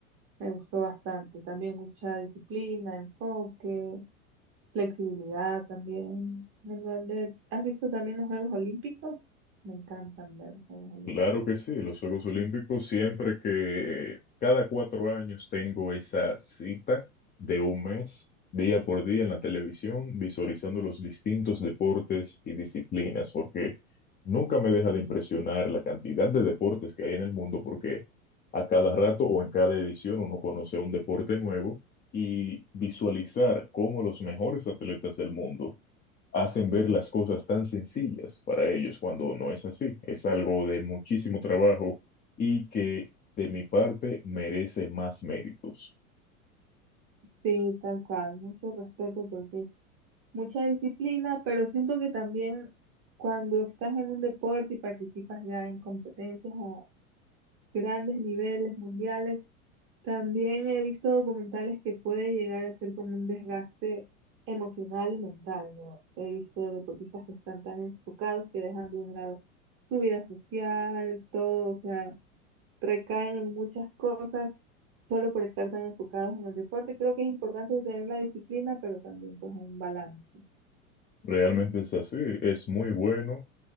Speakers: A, on the right (about 30°); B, on the left (about 20°).
A: me gustó bastante. También mucha disciplina, enfoque, Flexibilidad también. El ballet. ¿Has visto también los Juegos Olímpicos? Me encantan ver los Juegos Olímpicos.
B: Claro que sí, los Juegos Olímpicos siempre que cada cuatro años tengo esa cita de un mes, día por día en la televisión, visualizando los distintos deportes y disciplinas, porque nunca me deja de impresionar la cantidad de deportes que hay en el mundo, porque a cada rato o en cada edición uno conoce un deporte nuevo y visualizar cómo los mejores atletas del mundo hacen ver las cosas tan sencillas para ellos cuando no es así. Es algo de muchísimo trabajo y que de mi parte merece más méritos.
A: Sí, tal cual, mucho respeto porque mucha disciplina, pero siento que también cuando estás en un deporte y participas ya en competencias a grandes niveles mundiales, También he visto documentales que puede llegar a ser como un desgaste emocional y mental, ¿no? He visto deportistas que están tan enfocados que dejan de un lado su vida social, todo, o sea, recaen en muchas cosas solo por estar tan enfocados en el deporte. Creo que es importante tener la disciplina, pero también pues un balance.
B: Realmente es así, es muy bueno